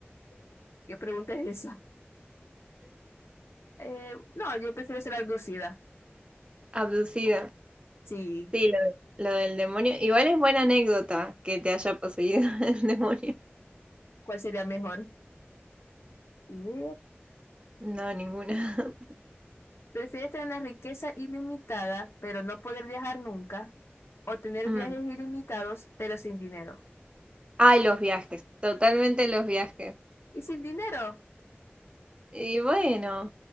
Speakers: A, on the left; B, on the right.
A: <laughs> ¿qué pregunta es esa? Eh, no, yo prefiero ser abducida.
B: Abducido.
A: Sí.
B: Sí, lo, lo del demonio. Igual es buena anécdota que te haya poseído <laughs> el demonio.
A: ¿Cuál sería mejor? Idea.
B: No, ninguna. <laughs>
A: ¿Prefieres tener una riqueza ilimitada, pero no poder viajar nunca? ¿O tener
B: Mm.
A: viajes ilimitados, pero sin dinero?
B: Ay, los viajes. Totalmente los viajes.
A: ¿Y sin dinero?
B: Y bueno,